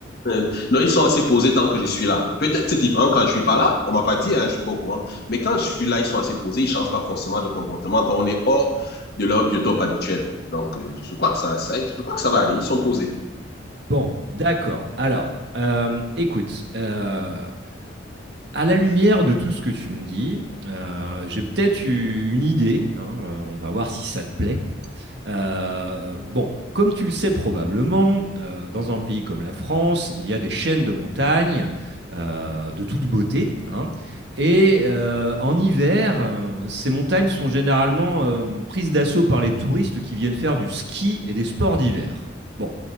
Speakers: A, on the left; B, on the right.
A: Euh, Non, ils sont assez posés tant que je suis là. Peut-être c'est différent quand je suis pas là, on m'a pas dit, hein, je suis pas au courant. Mais quand je suis là, ils sont assez posés, ils changent pas forcément de comportement quand on est hors de leur biotope habituel. Donc euh, je crois que ça, ça, je crois que ça va aller. Ils sont posés.
B: Bon, d'accord. Alors, euh, écoute, euh, à la lumière de tout ce que tu me dis, euh, j'ai peut-être eu une idée. hein, euh, on va voir si ça te plaît. Euh, bon, comme tu le sais probablement, euh, dans un pays comme la France, il y a des chaînes de montagnes euh, de toute beauté. hein. et euh, en hiver, euh, ces montagnes sont généralement euh, prises d'assaut par les touristes qui viennent faire du ski et des sports d'hiver. Bon,